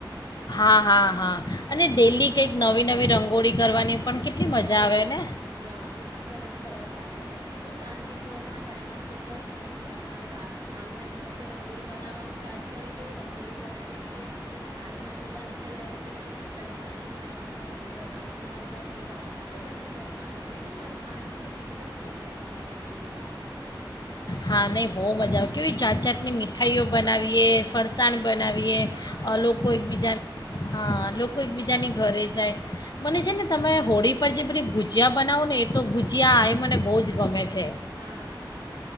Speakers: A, on the left; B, on the right.
A: હા, હા, હા. અને
B: હમ
A: ડેલી કંઈક નવી નવી રંગોળી કરવાની. પણ કેટલી મજા
B: હા,
A: આવે ને
B: હા એ પણ મને સરસ લાગે છે. હું સાંજની પોરમાં ચાાય નાસ્તો કરીને પછી બહાર મારે આંગણે મસ્ત રંગોળી બનાવવાનું સ્ટાર્ટ કરી. તેઓ રંગોળી બનાવી દઈએ. પછી સાંજના દીવાની તૈયારી કરીએ માતાજીના દીવા પછી આપણે ઘરના ઓટલા ઉપર દીવા. અને પછી જમવાનું એવું મારું સાંજ ન તો ફિક્સ જ થઈ જાય છે નવે નવ દિવસ.
A: હા, નહી બહ મજા આવે કેવી જાાત
B: હા
A: જાાતની મીઠાઈઓ બનાવીએ. પરસાન બનાવીએ
B: હા
A: અ
B: એ
A: લોકો
B: બધું
A: એકબીજા
B: જ
A: હા લોકો એકબીજાને
B: હા
A: ઘરે જાય. મને છે ને તમે હોળી પર જે બધી ભુજીિયા બનાવો ને એ તો ભુજીયા આ એ મને બહુ જ ગમે. છે
B: હા.